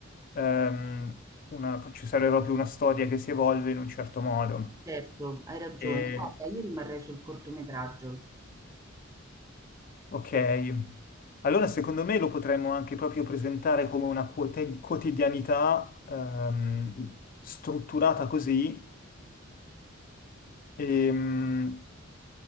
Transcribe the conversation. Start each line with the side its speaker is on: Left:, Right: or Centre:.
Left: ehm, una, ci serve proprio una storia che si evolve in un certo modo.
Right: Certo, hai ragione.
Left: E-
Right: Guarda, io rimarrei sul cortometraggio.
Left: ok, allora secondo me lo potremmo anche proprio presentare come una quote- quotidianità ehm, strutturata così, ehm,